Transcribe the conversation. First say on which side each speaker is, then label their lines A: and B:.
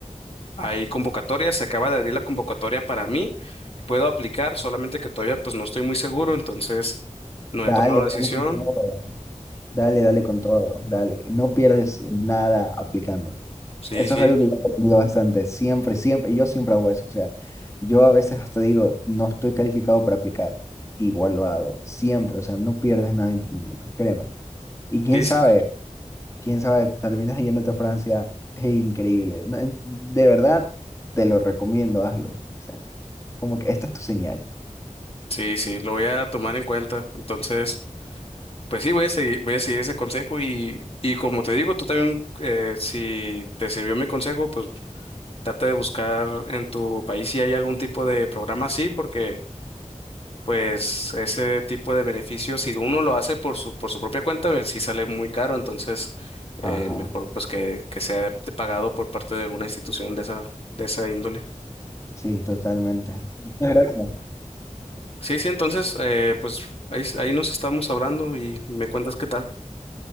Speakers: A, on the left; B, on the left.
A: hay convocatorias. Se acaba de abrir la convocatoria para mí. Puedo aplicar, solamente que todavía pues no estoy muy seguro, entonces no
B: Dale,
A: he tomado
B: dale
A: decisión.
B: con todo. Dale, dale con todo. Dale. No pierdes nada aplicando.
A: Sí,
B: Eso
A: sí,
B: es algo que yo he aprendido bastante. Siempre, siempre. Yo siempre hago eso. O sea, yo a veces hasta digo, no estoy calificado para aplicar. Igual lo hago. Siempre. O sea, no pierdes nada intentándolo. Créeme. Y quién
A: sí,
B: sabe,
A: sí,
B: quién sabe, terminas yéndote a Francia. Es increíble. No, en- De verdad, te lo recomiendo, hazlo. O sea, como que esta es tu señal.
A: sí, sí, lo voy a tomar en cuenta. Entonces... Pues sí, voy a seguir, voy a seguir ese consejo y, y como te digo, tú también, eh, si te sirvió mi consejo, pues trata de buscar en tu país si hay algún tipo de programa así, porque pues ese tipo de beneficios, si uno lo hace por su, por su propia cuenta, eh, sí sale muy caro, entonces eh,
B: Ajá.
A: mejor pues que, que sea de- de pagado por parte de una institución de esa, de esa índole.
B: Sí, totalmente. Muchas gracias.
A: Sí, sí, entonces eh, pues ahí, ahí nos estamos hablando y me cuentas qué tal.